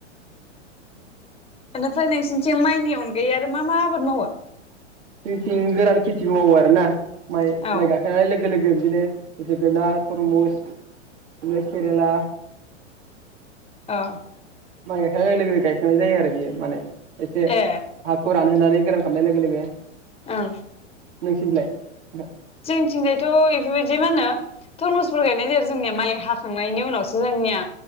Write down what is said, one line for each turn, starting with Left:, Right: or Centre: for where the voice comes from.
Left: बेनिफ्राय नोंसिनिथिं माइनि अनगायै आरो मा मा आबाद मावो?
Right: जोंथिं गोरान खेथिबो मावो आरो ना। माइ
Left: औ
Right: माइ गाखांनाय लोगो लोगो। बिबदिनो जोगोनार तरमुस बिनो केरेला।
Left: अ।
Right: माइ गायखांनाय लोगो लोगो गायखांनाय जायो आरो बियो माने। एसे
Left: ए
Right: हाखौ रान नोनानै गोरान खालामनाय लोगो लोगो।
Left: औ।
Right: नोंसिनि लाय नोंथां।
Left: जोंथिंजायथ बेफोरबायदि मा होनो थुरमुसफोर गायनाय जाया आरो जोंनिया माइ हाखांनायनि उनावसो जोंनिया।